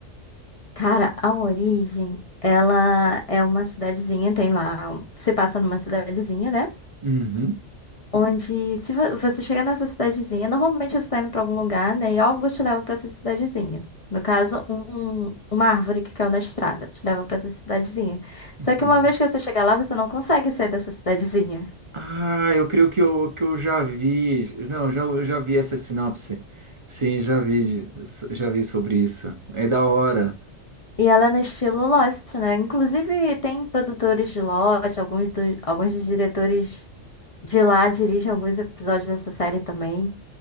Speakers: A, on the left; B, on the right.
A: Cara, a Origem, ela é uma cidadezinha, tem lá. Se passa numa cidadezinha, né?
B: Uhum.
A: Onde, se vo- você chega nessa cidadezinha, normalmente você está indo para algum lugar, né? E algo te leva para essa cidadezinha. No caso, um- uma árvore que caiu na estrada te leva para essa cidadezinha.
B: Uhum.
A: Só que uma vez que você chegar lá, você não consegue sair dessa cidadezinha.
B: Ah, eu creio que eu, que eu já vi. Não, já, eu já vi essa sinopse. Sim, já vi, já vi sobre isso. É da hora.
A: E ela é no estilo Lost, né? Inclusive, tem produtores de Lost, alguns, do- alguns dos diretores de lá dirigem alguns episódios dessa série também.